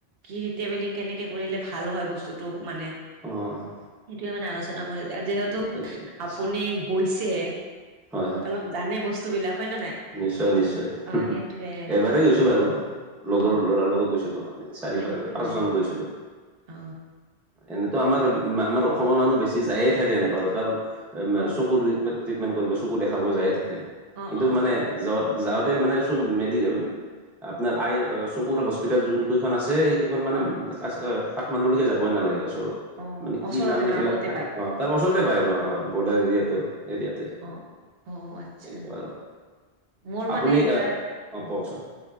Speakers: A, on the right; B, in the centre.
A: কি ট্ৰেভেলিং কেনেকে কৰিলে ভাল হয় বস্তুটো মানে?
B: অহ
A: এইটোৱে মানে আলোচনা কৰি যায় যিহেতু
B: ভাল লাগে আছে।
A: আপুনি গৈছে।
B: হয় হয়।
A: অলপ জানে বস্তু বিলাক হয় না নাই।
B: নিশ্চয় নিশ্চয়,
A: অ'
B: হোহু
A: সেইটোৱে
B: এবাৰেই গৈছো বাৰু, লগৰ
A: অ'
B: ল'ৰাৰ লগত গৈছিলো। আমি চাৰি
A: অ সেইটোৱে
B: বাৰ পাঁচজন গৈছিলো,
A: অ'
B: এনেতো আমাৰ আমাৰ
A: উম,
B: অসমৰ মানুহ বেছি বেছি যায়ে থাকে নেপালত কাৰণ এ মে
A: অ'
B: চকুৰ ট্ৰিটমেন্ট কৰিব চকু দেখাবও যায়ে থাকে।
A: অ'
B: কিন্তু
A: অ'
B: মানে য যাওঁতে মানে চক মেডিকেল আপোনাৰ
A: উম,
B: আই চকুৰ হস্পি হস্পিতেল যোনকেইখন আছে সেইকেইখন মানে
A: অ'
B: কা কাঠমাণ্ডলৈকে যাবই নালাগে আচল
A: অ'
B: মানে
A: ওচৰতে
B: কি নাম সেইবিলাক
A: মানে আগতে
B: ঠাই
A: পায়
B: অ'হ। তাৰ পৰা ওচৰতে পায় হয় বৰ্ডাৰ এৰিয়াটো এৰিয়াতে,
A: অ'। অ' আচ্ছা
B: তেনেকুৱা আৰু।
A: মোৰ মানে
B: আপুনি
A: এইবাৰ,
B: এ অ
A: উম।
B: কওকচোন